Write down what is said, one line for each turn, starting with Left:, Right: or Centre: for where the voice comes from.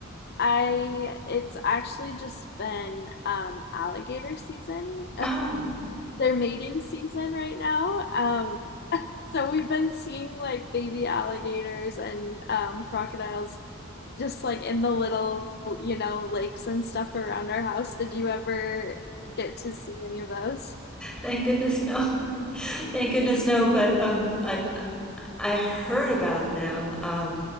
Left: I it's actually just been um alligator season. <laughs>
Centre: Oh,
Left: They're mating season right now. Um so we've been seeing like baby alligators and um crocodiles just like in the little, you know, lakes and stuff around our house. Did you ever get to see any of those?
Centre: thank goodness, no. Thank goodness, no. But um, I I heard about them. Um,